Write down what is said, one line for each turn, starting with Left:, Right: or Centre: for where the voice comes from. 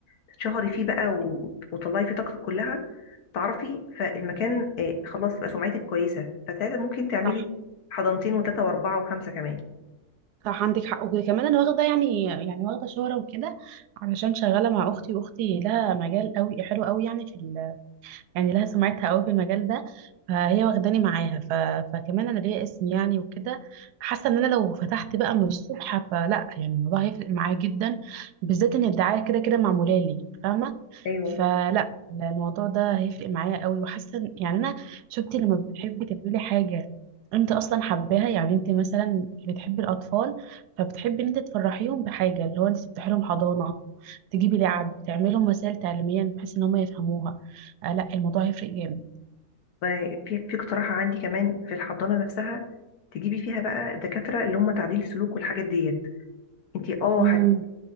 Left: تتشهري فيه بقى و- وتطلعي فيه طاقتك كلها تعرفي فالمكان آه، خلاص يبقى سمعتك كويسه فساعتها ممكن تعملي
Right: صح
Left: حضانتين وثلاثه واربعه وخمسه كمان
Right: صح عندك حق وكمان انا واخده يعني يعني واخده شهره وكده علشان شغاله مع اختي واختي لها مجال قوي حلو قوي يعني في يعني لها سمعتها قوي في المجال ده فهي واخداني معاها ف... فكمان انا ليا اسم يعني وكده حاسه ان انا لو فتحت بقى من الصبح فلا يعني الموضوع هيفرق معايا جدا بالذات ان الدعايه كده كده معموله لي فاهمه
Left: ايوه
Right: فلا الموضوع ده هيفرق معايا قوي وحاسه إن- يعني انا شفتي لما بتحبي تعملي حاجه انت اصلا حباها يعني انت مثلا بتحبي الاطفال فبتحبي ان انت تفرحيهم بحاجه اللي هو انت تفتحي لهم حضانه تجيبي لعب تعملي لهم وسائل تعليميه بحيث ان هم يفهموها آه لا الموضوع هيفرق جامد
Left: في في اقتراح عندي كمان في الحضانة نفسها تجيبي فيها بقى دكاترة اللي هم تعديل سلوك والحاجات ديت انت اه
Right: امم
Left: هت...